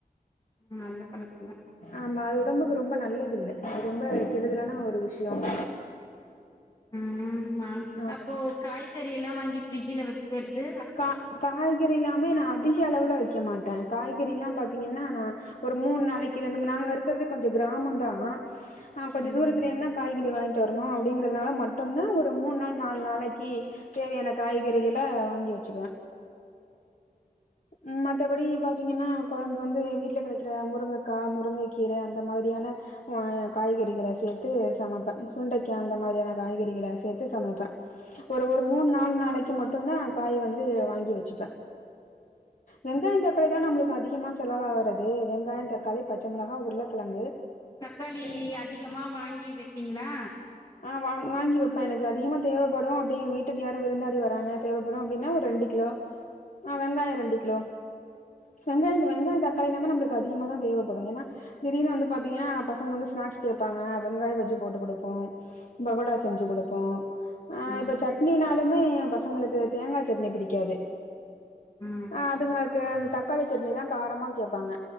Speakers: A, on the left; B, on the left.
A: நல்ல பழக்
B: ஆமா அது உடம்புக்கு ரொம்ப நல்லதுல்ல ரொம்ப கெடுதலான ஒரு விஷ்யம்
A: ம்
B: ஆமாமா
A: அப்போ காய்கறி எல்லா வாங்கி ஃப்ரிட்ஜ்ல வக்கறது
B: கா காய்கறில்லாமே நா அதிக அளவுல வக்க மாட்ட காய்கறி எல்லா பாத்தீங்கன்னா நா ஒரு மூணு நாளைக்கு ரெண்டு மூணு நாங்க இருக்கறது கொஞ்ச கிராமந்தா ஆ கொஞ்ச
A: ம்
B: தூரத்திலேருந்துதா காய்கறி வாங்கிட்டு வரணு அப்டிங்கிறதுனால மட்டு்ந்தா ஒரு மூணு நாள் நால் நாளைக்கி தேவையான காய்கறிகள வாங்கி வச் சுக்குவ ம் மத்தபடி பா்த்தீங்கன்னா கொழம் கு வந்து வீட்ல கெடைக்றகி முருங்கக்கா முருங்கக்கீர அந்த மாதிரியான ஆ காய்கறிகள சேத்து சமப்ப சுண்டைக்கா அந்த மாரியான காய்கறிகள சேத்து சமப்ப ஒரு ஒரு மூண் நால் நாளைக்கு மட்டுந்தா காய் வந்து வாங்கி வச்சுப்ப வெங்காய தக்காளி தா நம்ளுக்கு அதிகமா செலவாரது வெங்காய தக்காளி பச்ச மொளகா உருளக்கழங்கு
A: தக்காளி அதிகமா வாங்கி வேப்பீங்ளா
B: ஆ வாங் வாங்கி வைப்ப எனக்கு அதிகமா தேவப்படு அப்டிங் வீட்டுக்கு யாரு விருந்தாடி வராங்க தேவைப்படு அப்டின்னா ரெண்டு கிலோ ஆ வெங்காய ரெண்டு கிலோ வெங்காயந்த வெங்காய தக்காளி எல்லாமே நம்மளுக்கு அதிகமா தா தேவைப்படு ஏனா திடீர்னு வந்து பாத்தீங்கனா பசங்க வந்து ஸ்நாக்ஸ் கேபாங்க வெங்காய பஜ்ஜி போட்டு குடுப்போ பகோடா செஞ்சு குடுப்போ அ
A: ம்
B: இப்ப சட்னினாலுமே ஏன் பசங்களுக்கு தேங்கா சட்னி பிடிக்காது
A: ம்
B: அ அதுங்களுக்கு அந்த தக்காளி சட்னிதா காரமா கேப்பாங்க